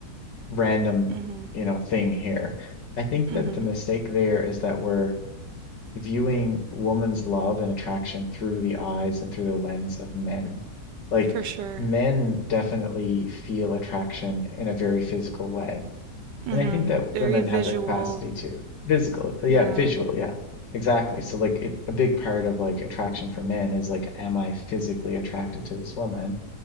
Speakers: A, on the left (about 85°); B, on the right (about 80°).
A: random,
B: mm hmm,
A: you know, thing here. I think
B: mm
A: that
B: hmm.
A: the mistake there is that we're viewing woman's love and attraction through the eyes and through the lens of men. Like
B: For sure.
A: men definitely feel attraction in a very physical way.
B: Mm-hmm.
A: And I think that
B: Very
A: women
B: visual.
A: have the capacity to physical, yeah,
B: Yeah.
A: visual, yeah, exactly. So like it, a big part of like attraction for men is like, am I physically attracted to this woman?